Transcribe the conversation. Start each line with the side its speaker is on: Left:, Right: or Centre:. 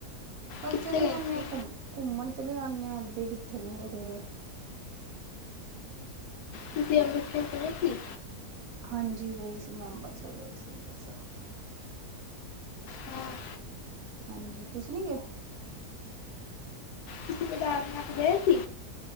Right: ਬਸ
Left: ਕਿੱਥੇ
Right: ਚੜੀ
Left: ਗਏ
Right: ਆਦੇ
Left: ਸੀ
Right: ਆ ਘੁੰਮ ਘੁੰਮਣ ਚਲੇ ਜਾਂਦੇ ਹਾਂ ਇਥੇ ਕਿੱਥੇ ਨੇੜੇ ਤੇੜੇ।
Left: ਤੁਸੀਂ ਅੰਮ੍ਰਿਤਸਰ ਗਏ ਸੀ?
Right: ਹਾਂਜੀ ਗਈ ਸੀ ਮੈਂ ਅੰਬਰਸਰ ਗਏ ਸੀ ਅਬੰਰਸਰ।
Left: ਹਾਂ
Right: ਹਾਂਜੀ, ਤੁਸੀਂ ਨੀ ਗਏ?
Left: ਕਦੀਕੇਦਾਰ। ਰਾਤੀਂ ਗਏ ਸੀ?